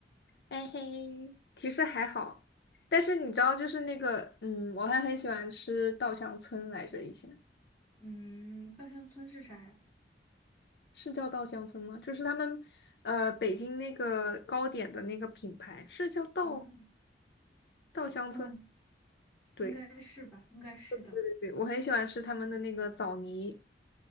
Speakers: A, on the left (about 60°); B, in the centre.
A: 哎嘿，其实还好，但是你知道，就是那个，嗯，我还很喜欢吃稻香村来着，以前
B: 嗯，稻香村是啥呀？
A: 是叫稻香村吗？就是他们，呃，北京那个糕点的那个品牌是叫稻
B: 嗯
A: 稻香村，
B: 嗯，
A: 对
B: 应该是吧，应该是的。
A: 对对，我很喜欢吃他们的那个枣泥